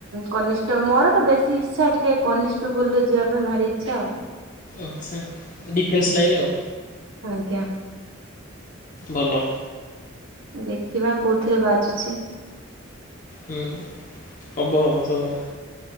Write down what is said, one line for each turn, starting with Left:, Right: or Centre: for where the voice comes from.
Right: କନିଷ୍ଟ ମୋର ତ ବେଶୀ ଇଚ୍ଛା ଟିକେ କନିଷ୍ଟବୁଲରେ ଯିବା ମ ଭାରି ଇଛା ଆଉ।
Left: ଆଚ୍ଛା ଡିଫେନ୍ସ ଲାଇନ ଆଉ।
Right: ଆଜ୍ଞା।
Left: ଭଲ।
Right: ଦେଖିବା କୋଉଥିରେ ବାଜୁଚି।
Left: ହୁଁ ହବ ହବ ସବୁ